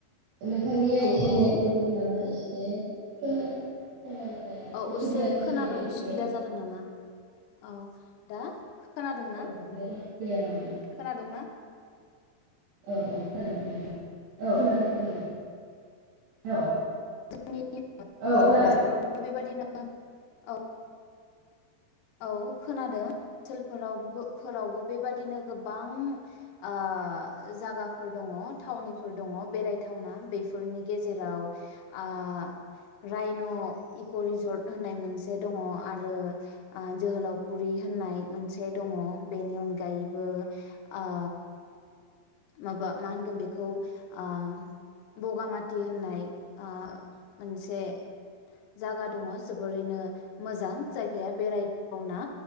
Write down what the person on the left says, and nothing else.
औ
औ
औ
एसे खोनानो
उसुबिदा
जादों नामा? औ दा खोनादोंना?
खोनादोंना?
<unintelligible> ओनसोलफोराव
बेबायदिनो औ औ खोनादों ओनसोलफोराव फोरावबो बेबादिनो गोबां ओ जागाफोर दङ थावनिफोर दङ बेरायथावना बेफोरनि गेजे‌ जेराव ओ रायन' इक' रिजर्ट होननाय मोनसे दङ आरो जोहोलावफुरि होननाय मोनसे दङ बेनि अनगायैबो ओ माबा मा होनगोन बेखौ ओ बगामाथि होननाय ओ मोनसे जागा दङ जोबोरैनो मोजां जायगाया बेरायथावना